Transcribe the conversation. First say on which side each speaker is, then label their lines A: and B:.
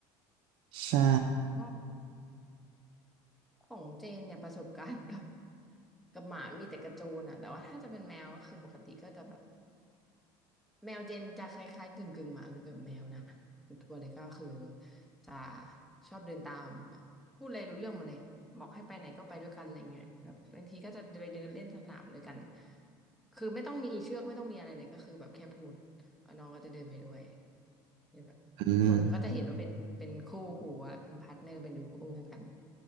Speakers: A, on the right; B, in the centre.
A: ใช่
B: ว่าของเจนเนี่ยประสบการณ์กับกับหมามีแต่กระโจนอ่ะแต่ว่าถ้าจะเป็นแมวก็คือปกติก็จะแบบ แมวเจนจะคล้ายๆกึ่งกึ่งหมากึ่งกึ่งแมวนะทัวร์เลยก็คือจะชอบเดินตามแบบพูดอะไรรู้เรื่องหมดเลยบอกให้ไปไหนก็ไปด้วยกันอะไรเงี้ยแบบบางทีก็จะไปเดินเล่นสนามด้วยกันคือไม่ต้องมีเชือกไม่ต้องมีอะไรเลยก็คือแบบแค่พูดเอาน้องก็จะเดินไปด้วยเนี่ยแบบคนเขาก็จะเห็นว่าเป็นเป็นคู่หูอะเป็นพาร์ทเนอร์เป็นดูโอกัน
A: อืม